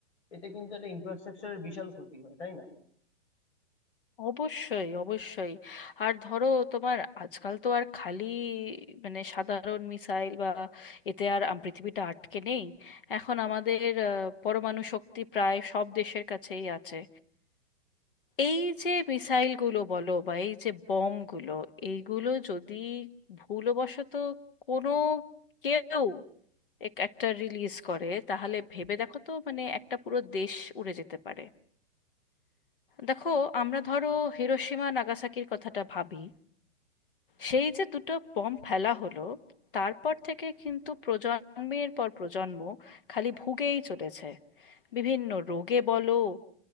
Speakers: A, on the left (about 90°); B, on the left (about 55°).
A: এতে কিন্তু একটা ইনফ্রাস্ট্রাকচারের বিশাল ক্ষতি হয় তাই না
B: অবশ্যই অবশ্যই আর ধরো তোমার আজকাল তো আর খালি মানে সাধারণ মিসাইল বা এতে আর আম- পৃথিবীটা আটকে নেই এখন আমাদের আহ, পরমাণু শক্তি প্রায় সব দেশের কাছেই আছে এই যে মিসাইলগুলো বলো বা এই যে বমগুলো এইগুলো যদি ভুলবশত কোনো কেউ এক- একটা রিলিজ করে তাহলে ভেবে দেখো তো মানে একটা পুরো দেশ উড়ে যেতে পারে দেখো আমরা ধরো হিরোশিমা নাগাসাকির কথাটা ভাবি সেই যে দুটো বম্ব ফেলা হলো তারপর থেকে কিন্তু প্রজন্মের পর প্রজন্ম খালি ভুগেই চলেছে বিভিন্ন রোগে বলো